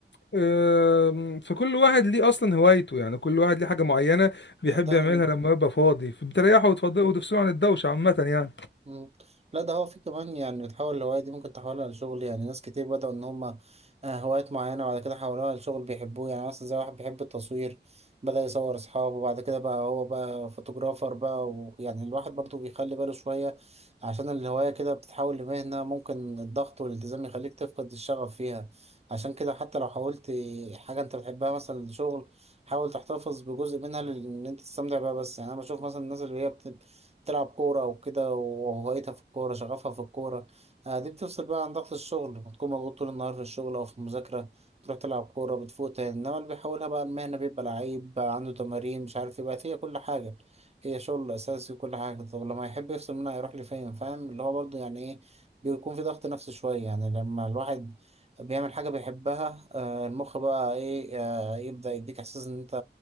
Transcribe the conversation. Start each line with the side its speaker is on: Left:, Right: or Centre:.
Left: أم، فكل واحد ليه اصلا هوايته يعني كل واحد ليه حاجه معينه بيحب
Right: لا ده
Left: يعملها لما يبقى فاضي فبتريحه وتفضله وتفصله عن الدوشه عامه يعني
Right: مم. لا ده هو في كمان يعني بتحول الهواية دي ممكن تحولها لشغل يعني ناس كتير بدأوا إن هما آه، هوايات معينة وبعد كده حولوها لشغل بيحبوه يعني مثلا زي واحد بيحب التصوير بدأ يصور أصحابه وبعد كده بقى هو بقى فوتوغرافر بقى ويعني الواحد برضه بيخلي باله شوية عشان الهواية كده بتتحول لمهنة ممكن الضغط والالتزام يخليك تفقد الشغف فيها عشان كده حتى لو حاولت حاجة أنت بتحبها مثلا لشغل حاول تحتفظ بجزء منها لأن أنت تستمتع بيها بس يعني أنا بشوف مثلا الناس اللي هي بت- تلعب كورة وكده وهوايتها في الكورة شغفها في الكورة آه، دي بتفصل بقى عن ضغط الشغل بتكون مضغوط طول النهار في الشغل أو في المذاكرة تروح تلعب كورة بتفوق تاني إنما اللي بيحاولها بقى المهنة بيبقى لعيب بقى عنده تمارين مش عارف ايه بقت هي كل حاجة هي شغل أساسي وكل حاجة طب لما يحب يفصل منها يروح لفين فاهم اللي هو برضه يعني ايه بيكون في ضغط نفسي شوية يعني لما الواحد بيعمل حاجة بيحبها آه، المخ بقى ايه آه، يبدأ يديك إحساس إن أنت